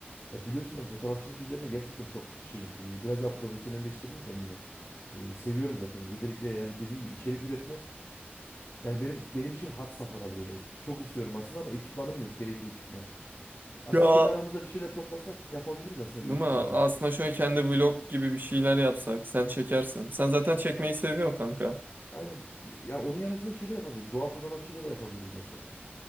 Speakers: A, on the left; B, on the right.
A: Ya biliyorsun ben fotoğrafçılık üzerine gerçekten çok şeyim. e, Biraz daha profesyonelleştirdim kendimi. E, seviyorum zaten. Özellikle yani dediğin gibi içerik üretme. Yani benim benim için had safhada böyle. Çok istiyorum aslında ama ekipmanım yok. Gerekli ekipman. Aslında
B: Ya
A: kendi aramızda bir şeyler toplasak yapabiliriz aslında
B: değil
A: bir ekipman
B: mi? Aslında
A: alıp.
B: şöyle kendi vlog gibi bir şeyler yapsak sen çekersin. Sen zaten çekmeyi seviyorsun kanka.
A: Aynen. Ya onun yanısında şey de yapabiliriz. Doğa fotoğrafçılığı da yapabiliriz mesela.